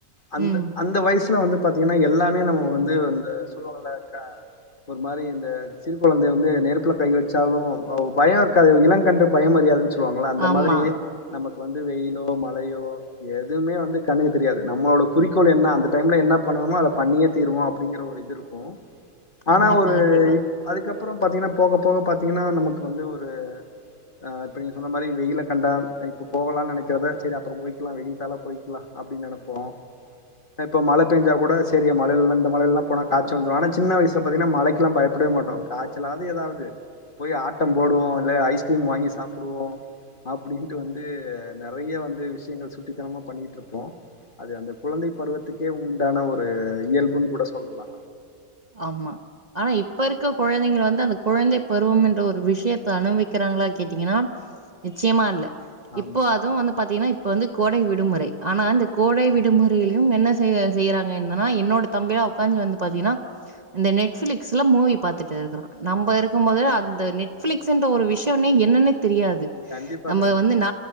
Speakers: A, on the left; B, on the right.
A: அந்த
B: ம்
A: அந்த வயசுல வந்து பாத்தீங்கனா எல்லாமே நம்ம வந்து இந்த சொல்வாங்கல்ல ஒரு மாரி இந்த சிறு கொழந்த வந்து நெருப்புல கை வெச்சாலு பயொ இருக்காது இளங்கன்றுக்கு பய அரியாதுன்னு சொ சொல்லுவாங்கள அந்த
B: ஆமா.
A: மாதிரி நமக்கு வந்து வெயிலோ மழயோ எதுவுமே வந்து கண்ணுகி தெரியாது நம்மளோட குறிக்கோள் என்னனா அந்த டைம்ல என்ன பண்ணணமோ அத பண்ணியே தீருவ அப்டிங்கற <unintelligible>
B: கண்டிப்பா,
A: ஆனா ஒரு
B: கண்டிப்பா.
A: இ அதுக்கப்றொ பாத்தீங்ன்னா போக போக பாத்தீங்ன்னா நமக்கு வந்து ஒரு அ இப்ப நீங்கள் சொன்ன மாரி வெயில்ல கண்ட இப்போ போகலான்னு நெனைக்கிறத சரி அப்றோ போயிக்கலா வெயில்த்தாலா போயிக்கலா அப்படின் நெனைப்போம் அ இப்போ மழ பெஞ்ச கூடா சரி மழையில்ல இந்த மலெல்ல போன காச்ச வந்துடு ஆனா சின்ன வயசில பாத்திங்கனா மழைக்கெல்லா பயப்படவே மாட்டோ காய்ச்சலாவது எதாவது போய் ஆட்டம் போடுவோ இல்ல ஐஸ்கிரீம் வாங்கி ச சாப்புடுவோ அப்டின்ட்டு வந்து நெறைய வந்து விஷயங்கள் சுட்டித்தனமா பண்ணிட்டு இருப்போ அது அந்த குழந்தை பருவத்துக்கே உண்டான ஒரு இயல்புன்னு கூட சொல்லலா
B: ஆம்மா ஆனா இப்ப இருக்க கொழந்தைங்க வந்து அந்த குழந்தை பருவம் என்ற ஒரு விஷயத்த அனுபவிக்கிறாங்களா கேட்டீங்கனா நிச்சயமா இல்ல
A: ஆமா
B: இப்போ அதுவு வந்து பாத்தீங்கனா இப்ப வந்து கோடை விடுமுறை ஆனா இந்த கோடை விடுமுறையிலையு என்ன செய் செய்யறாங்க என்னனா என்னோட தம்பி அ ஒக்காந்து வந்து பாத்தீங்கன்னா நெ நெட்ஃபிலிக்ஸ்ல மூவி பாத்துட்டு இருக்கறா நம்ம இரு இருக்கும் போது அந்த நெட்பிளிக்ஸ்ன்ற ஒரு விஷயம்னே என்னன்னே தெரியாது
A: கண்டிப்பா
B: நம்ம
A: கண்
B: வந்து ந